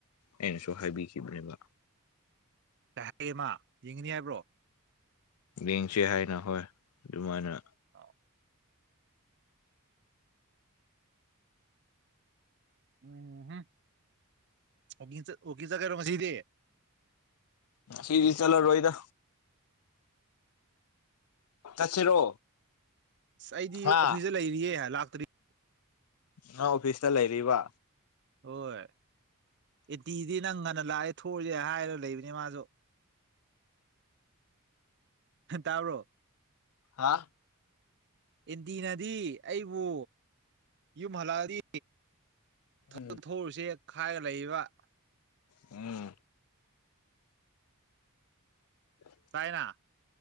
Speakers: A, on the left (about 80°); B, on the right (about 50°).
A: ꯑꯩꯅꯁꯨ ꯍꯥꯏꯕꯤꯈꯤꯕꯅꯦꯕ꯫
B: ꯀꯩ ꯍꯥꯏꯒꯦ ꯃꯥ ꯌꯦꯡꯅꯤ ꯍꯥꯏꯕ꯭ꯔꯣ꯫
A: ꯌꯦꯡꯁꯤ ꯍꯥꯏꯅ ꯍꯣꯏ ꯑꯗꯨꯃꯥꯏꯅ
B: ꯑꯥꯎ ꯎꯝ ꯍꯨꯝ ꯑꯣ ꯑꯣꯀꯦ ꯆꯠꯀꯗ꯭ꯔꯥ ꯉꯁꯤꯗꯤ꯫
A: ꯉꯁꯤꯗꯤ ꯆꯠꯂꯔꯣꯢꯗ꯫ ꯆꯠꯁꯤꯔꯣ꯫
B: ꯑꯁ ꯑꯩꯗꯤ
A: ꯍꯥ
B: ꯑꯣꯐꯤꯁꯇ ꯂꯩꯔꯤꯌꯦ ꯂꯥꯛꯇ꯭ꯔꯤ꯫
A: ꯅꯪ ꯑꯣꯐꯤꯁꯇ ꯂꯩꯔꯤꯕ
B: ꯍꯣꯏ ꯑꯣꯄꯤꯗꯤ ꯅꯪ ꯉꯟꯅ ꯂꯥꯛꯑꯦ ꯊꯣꯛꯑꯖꯦ ꯍꯥꯏꯔꯒ ꯂꯩꯕꯅꯤ ꯃꯥꯁꯨ꯫ <unintelligible> ꯇꯥꯥꯕꯔꯣ꯫
A: ꯍꯥ꯫
B: ꯑꯦꯟꯇꯅꯗꯤ ꯑꯩꯕꯨ ꯌꯨꯝ ꯍꯜꯂꯛꯑꯗꯤ ꯊꯕꯛ
A: ꯎꯝ
B: ꯊꯧꯁꯤꯦ ꯈꯥꯏꯔ ꯂꯩꯔꯤꯕꯕ
A: ꯎꯝ <inaudible>
B: ꯆꯥꯏꯅꯥ